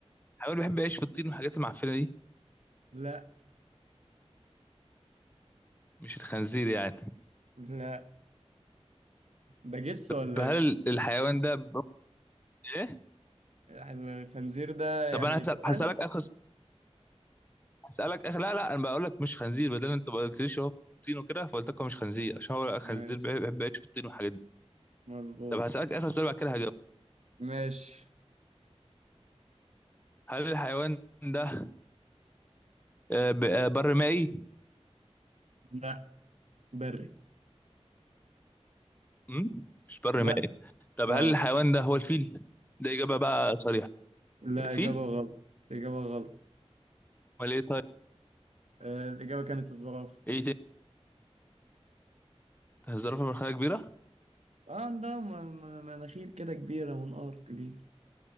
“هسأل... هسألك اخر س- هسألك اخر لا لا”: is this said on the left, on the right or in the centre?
Left